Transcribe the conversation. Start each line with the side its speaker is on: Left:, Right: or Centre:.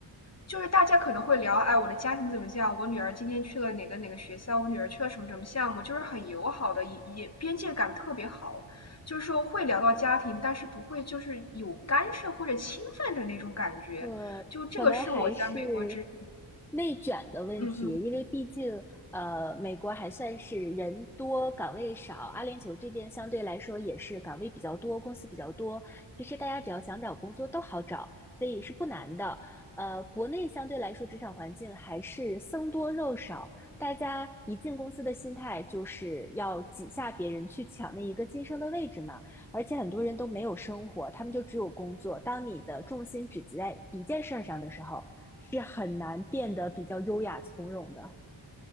Left: 就是大家可能会聊，哎，我的家庭怎么这样？我女儿今天去了哪个哪个学校？我女儿去了什么什么项目？就是很友好的，也也边界感特别好，就是说会聊到家庭，但是不会就是有干涉或者侵犯的那种感觉。
Centre: 呃，
Left: 就这个是我在美国之，
Centre: 可能还是内卷的问题，
Left: 嗯哼。
Centre: 因为毕竟呃，美国还算是人多岗位少，阿联酋这边相对来说也是岗位比较多，公司比较多。其实大家只要想找工作都好找，所以是不难的。呃，国内相对来说职场环境还是僧多肉少，大家一进公司的心态就是要挤下别人去抢那一个晋升的位置嘛。而且很多人都没有生活，他们就只有工作。当你的重心只集在一件事儿上的时候，是很难变得比较优雅从容的。